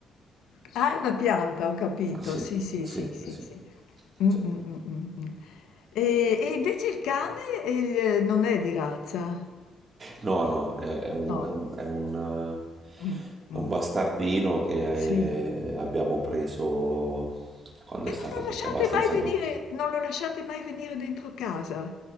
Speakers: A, on the left; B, on the right.
A: Ah, è una pianta, ho capito,
B: Sì,
A: sì, sì,
B: sì,
A: sì, sì,
B: sì,
A: sì. Mh, mh,
B: sì.
A: mh, mh, mh. E e invece il cane, ehm, non è di razza?
B: No, no, è, è un,
A: No.
B: è un- è un, eh,
A: Mh,
B: è
A: mh.
B: un bastardino che
A: Sì.
B: eh, abbiamo preso quando
A: E
B: è stato,
A: non lo
B: perché
A: lasciate
B: è abbastanza
A: mai venire
B: vecchio.
A: non lo lasciate mai venire dentro casa?